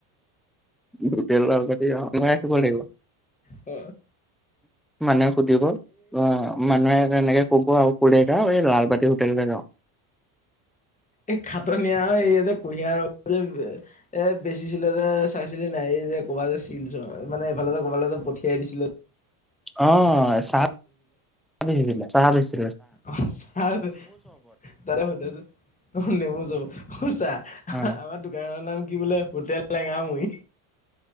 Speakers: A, in the centre; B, on the left.
A: দুগি আছ কৰিল
B: হ!
A: মানুহে সুধিব অ মানুহে এনেকে, ক'ব আৰু কোৰে গাও এই লালবতি হোটেলৰে ন
B: এ খাটন আৰু এইয়া যে কুঁহিয়াৰ ৰ যে এ বেচিছিলে যে চাইছিলি নাই? যে ক'বাত যেছিল মানে এইফালে যে ক'বাল যে পঠিয়াই দিছিলো।
A: অ চাহে চাহ বেছি,
B: অ ছাৰ তাৰে ব ত নে চা
A: অ
B: আমাৰ দোকানৰ নাম কি বোলে হোটেল লেঙা মই,